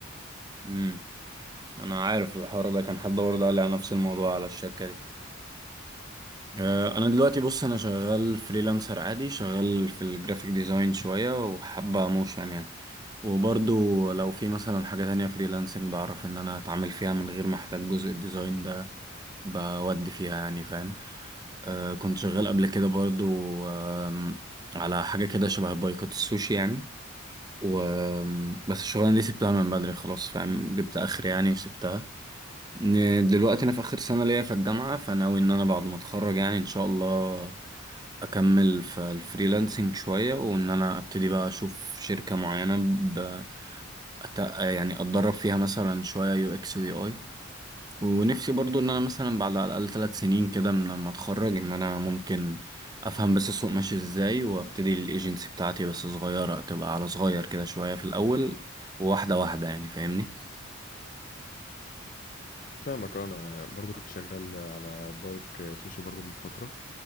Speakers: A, on the right; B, on the left.
A: امم انا عارف الحوار ده كان حد برضه قال لي على نفس الموضوع على الشركه دي آه، انا دلوقتي بص انا شغال فريلانسر عادي شغال في الجرافيك ديزاين شويه وحابه موشن يعني وبرضه لو في مثلا حاجه تانية فريلانسنج بعرف ان انا اتعامل فيها من غير ما احتاج جزء الديزاين ده بودي فيها يعني فاهم آه، كنت شغال قبل كده برضه آم، على حاجه كده شبه بايكوت السوشي يعني و بس الشغلانة دي سبتها من بدري خلاص فاهم جبت آخر يعني وسبتها ن- دلوقتي أنا في آخر سنة ليا في الجامعة فناوي إن أنا بعد ما أتخرج يعني إن شاء الله أكمل في الفريلانسنج شوية وإن أنا أبتدي بقى أشوف شركة معينة ب... أت... يعني أتدرب فيها مثلا شوية يو إكس ويو آي ونفسي برضو ان انا مثلا بعد على الاقل ثلاث سنين كده من لما اتخرج ان انا ممكن افهم بس السوق ماشي ازاي وابتدي الايجنسي بتاعتي بس صغيره تبقى على صغير كده شويه في الاول وواحده واحده يعني فاهمني
B: فاهمك أه، انا برضو كنت شغال على بايك آه، سوشي برضو من فترة